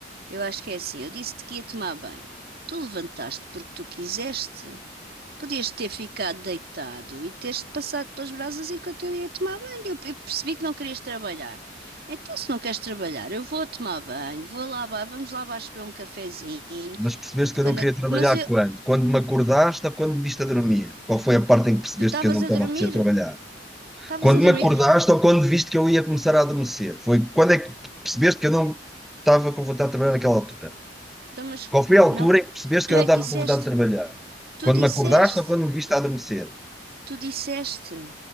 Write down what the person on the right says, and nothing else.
Eu acho que é assim. Eu disse-te que ia tomar banho. Tu levantaste porque tu quiseste. Podias ter ficado deitado e teres-te passado pelas brasas enquanto eu ia tomar banho. Eu eu percebi que não querias trabalhar. Então, se não queres trabalhar, eu vou tomar banho, vou lá, ba- vamos lá abaixo beber um cafezinho.
Quando
a-
Mas eu,
tu estavas
a dormir?
Estavas
a
dormir?
Então, mas
não,
tu
é
que disseste.
Tu
disseste.
Tu disseste